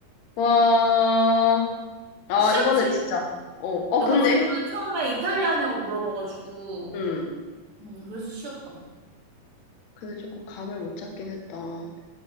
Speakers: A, on the left; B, on the right.
A: 와, 아,
B: 쉬웠지?
A: 이거는 진짜, 어, 어,
B: 너가
A: 근데,
B: 질문을 처음에 이탈리아냐고 물어봐가지고.
A: 아, 음,
B: 음, 그래서 쉬웠다.
A: 근데 조금 감을 못 잡긴 했다.